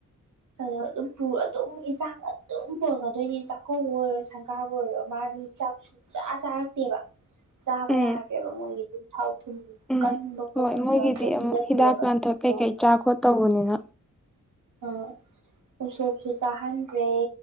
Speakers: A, on the right; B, in the centre.
A: ꯑꯧ ꯑꯗꯨꯝ ꯄꯨꯔ ꯑꯗꯨꯝ ꯏꯟꯁꯥꯡ ꯑꯗꯨꯝ ꯄꯨꯔꯛꯀꯗꯣꯏꯅꯤ ꯆꯥꯛꯀꯧꯕ ꯑꯣꯏꯔꯣ ꯁꯪꯒꯥꯕ ꯑꯣꯏꯔꯣ ꯃꯥꯗꯤ ꯆꯥꯛꯁꯨ ꯁꯨꯡꯆꯥ ꯆꯥꯔꯛꯇꯦꯕ ꯆꯥꯕ
B: ꯎꯝ
A: ꯌꯥꯗ꯭ꯔꯦꯕ ꯃꯣꯏꯒꯤ ꯑꯗꯨꯝ ꯊꯥꯎ ꯊꯨꯝ
B: ꯎꯝ
A: ꯀꯟꯕ ꯈꯣꯠꯄ
B: ꯍꯣꯏ ꯃꯣꯏꯒꯤꯗꯤ
A: ꯆꯗꯣ <unintelligible> ꯄꯤꯖꯒꯦꯕ
B: ꯑꯃꯨꯛ ꯍꯤꯗꯥꯛ ꯂꯥꯡꯊꯛ
A: <unintelligible>
B: ꯀꯩꯀꯩ
A: ꯑꯣ <unintelligible>
B: ꯆꯥ ꯈꯣꯠꯇꯧꯕꯅꯤꯅ
A: ꯑ ꯎꯁꯣꯞꯁꯨ ꯆꯥꯍꯟꯗ꯭ꯔꯦ